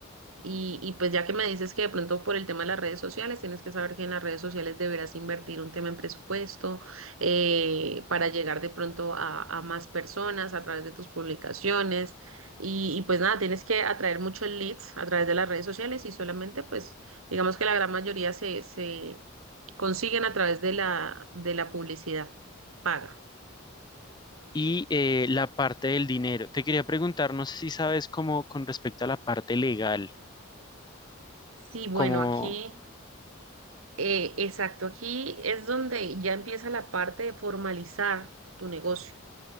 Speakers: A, on the right (about 85°); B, on the left (about 20°).
A: Y, y pues ya que me dices que de pronto por el tema de las redes sociales, tienes que saber que en las redes sociales deberás invertir un tema en presupuesto eh, para llegar de pronto a, a más personas a través de tus publicaciones. Y, y pues nada, tienes que atraer muchos leads a través de las redes sociales y solamente pues digamos que la gran mayoría se, se consiguen a través de la, de la publicidad paga.
B: Y eh, la parte del dinero. Te quería preguntar, no sé si sabes cómo con respecto a la parte legal,
A: Sí, bueno,
B: cómo,
A: aquí, eh, exacto, aquí es donde ya empieza la parte de formalizar tu negocio.